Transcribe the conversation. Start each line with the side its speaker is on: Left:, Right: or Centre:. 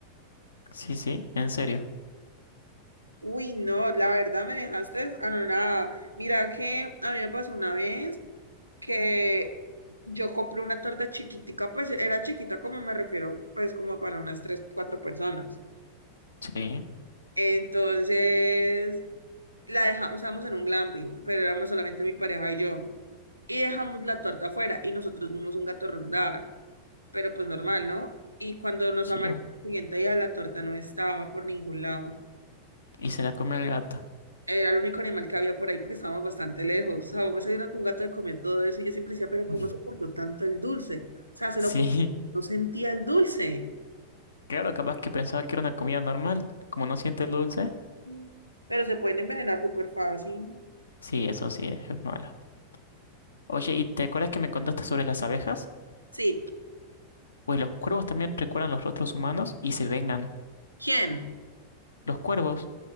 Left: Sí, sí, en serio.
Right: Uy, no, la verdad me dejaste anonada. Mira que a mí me pasó una vez que yo compré una torta chiquitica, pues era chiquita como me refiero, pues como para unas tres, cuatro personas.
Left: Sí,
Right: Entonces la dejamos, estábamos en un glamping, pero éramos solamente mi pareja y yo. Y dejamos la torta afuera y nosotros vimos un gato rondar, pero pues normal, ¿no? Y cuando nos
Left: sí,
Right: amanecimos el siguiente día la torta no estaba por ningún lado.
Left: y se la comió el gato.
Right: Era el único animal que había por ahí porque estábamos bastante lejos. O sea, vos me saliendo con un gato que comió todo eso y yo siempre decía,
Left: <laughs>
Right: pero ¿cómo soportó tanto el dulce? O sea, se
Left: Sí,
Right: lo comió, no sentía el dulce.
Left: claro, capaz que pensaba que era una comida normal, como no siente el dulce.
Right: Mm. Pero se pueden envenenar súper fácil.
Left: Sí, eso sí, es, es malo. Oye, ¿y te acuerdas que me contaste sobre las abejas?
Right: Sí.
Left: Pues los cuervos también recuerdan los rostros humanos y se vengan.
Right: ¿Quién?
Left: Los cuervos,